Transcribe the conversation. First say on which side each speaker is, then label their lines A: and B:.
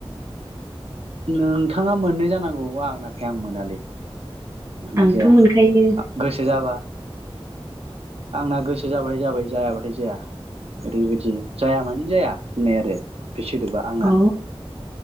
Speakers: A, on the right; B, on the right.
A: नोंथाङा मोननो जानांगौ आं नाथाय आं मोनालै जना
B: आंथ'
A: जाया
B: मोनखायो
A: गोसो जाबा आंना गोसो जाबाथाय जाबाय जायाबाथाय जाया ओरैबायदि जाया मानि जाया होननाय आरो बे सोदोबा आंना
B: औ